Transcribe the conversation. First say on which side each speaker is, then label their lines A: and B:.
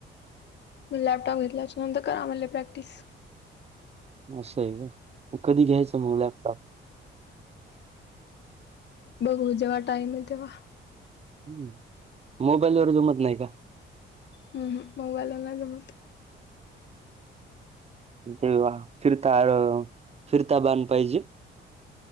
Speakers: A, on the left; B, on the right.
A: मग लॅपटॉप घेतल्याच्यानंतर करा म्हणले प्रॅक्टिस.
B: असं आहे का कधी घ्यायचं मग लॅपटॉप?
A: बघू जेव्हा टाईम आहे तेव्हा.
B: हम्म मोबाईल वर जमत नाही का?
A: उम हम्म मोबाईलला नाही जमत.
B: तेव्हा फिरता फिरता बांध पाहिजे.